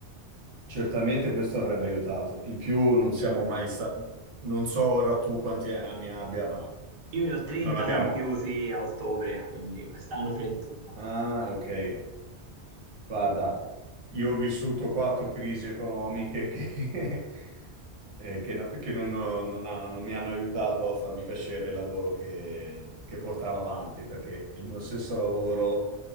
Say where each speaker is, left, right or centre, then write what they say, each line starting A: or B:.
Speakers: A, on the right (about 70°); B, on the right (about 50°).
A: Certamente questo avrebbe aiutato. In più non siamo mai stati... Non so ora tu quanti anni abbia, ma
B: Io ne ho 30
A: non abbiamo...
B: compiuti a ottobre, quindi quest'anno 31.
A: Ah, ok. Guarda, io ho vissuto quattro crisi economiche che, <laughs> eh, che no- che non, ho- non hanno- non mi hanno aiutato a farmi piacere il lavoro che, che portavo avanti, perché il mio stesso lavoro,